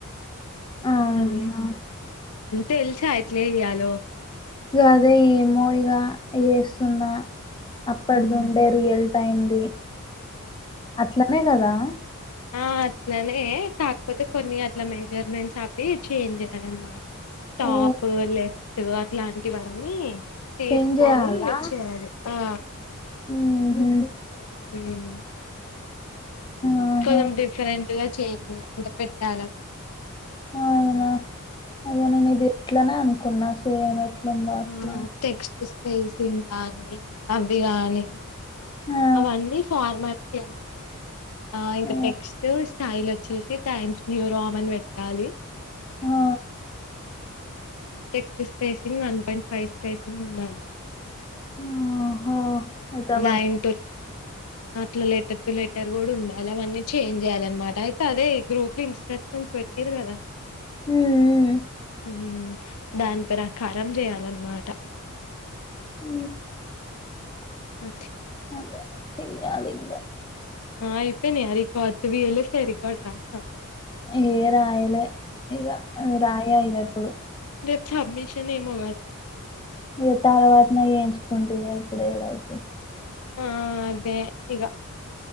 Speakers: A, on the left; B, on the left.
A: అవునా
B: అదే తెలిసయిట్లే అ్యాలో
A: అదే ఏమోవిగా చేస్తున్నా అప్పటిది
B: మ్మ్
A: ఉండే రియల్టీ అయింది అట్లనే కదా
B: ఆ అట్లనే కాకపోతే కొన్ని అట్ల మెజర్మెంట్స్ అవి చేంజ్ చేయాలి అనమాట టాప్
A: ఓ
B: లెఫ్ట్ అట్లాంటివన్నీ తీసుకొని
A: చేంజ్ చేయాలా
B: చేయాలి ఆ
A: మ్హు
B: మ్మ్
A: ఆహా
B: కొంచెం డిఫరెంట్ గా చే్యంది అంటే పెట్టాలివి
A: అవునా అయ్యో నేను ఇది ఎట్లనే అనుకున్నా సేమ్ అంద వలా
B: ఆ టెక్స్ట్ స్పేసింగ్ గానీ అవి కాగాని
A: ఆ
B: అవన్నీ ఫార్మాట్ అ ఆ ఇంకా
A: ఓ
B: టెక్స్ట్ స్టైల్ వచ్చేసి టైమ్స్ యూ రామ్న్ పెట్టాలి
A: ఆ
B: text spacing one point five spacing ఉండాలి
A: ఆహా అయితే అవన్
B: ైన్ అట్ల లెటర్ టు లెటర్ కూడా ఉండాలి అవన్న చేం్ చేయాలన్నమాట అయితే అదే గ్రప్ ఇట్ క
A: మ్మ్
B: <unintelligible> దాని ప్రకారం చేయాలన్నమాట
A: ఆ
B: అా
A: అదే చెయాలికా
B: అయిపోయినాయి ఆ రికార్డ్స్ వ వళస్తే రికార్డు రాసినవు
A: ఏ రాయలే ఇ రాయ ఇదప్పుడు
B: రేపు స అబ్మిషన్ ఏ మో
A: ఇగ తర్వాతన ఏయించుకుంటుంది ఇప్పుడు ఏడైతే
B: ఆ అదే ఇగ